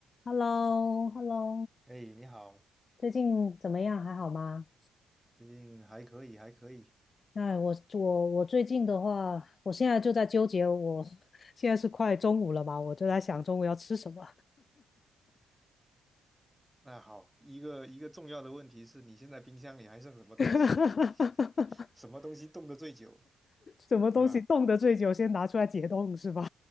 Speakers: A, on the left; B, in the centre.
A: h e l l o h e l l o
B: 哎，你好，
A: 最近怎么样？还好吗？
B: 最近还可以，还可以。
A: 那我我我最近的话，我现在就在纠结我，<laughs> 现在是快中午了嘛，我就在想中午要吃什么，
B: 那好，一个一个重要的问题是你现在冰箱里还剩什么东西？
A: <laughs>
B: <laughs> 什么东西冻得最久，
A: 什么东西冻得最久，
B: 对吧？
A: 先拿出来解冻是吧？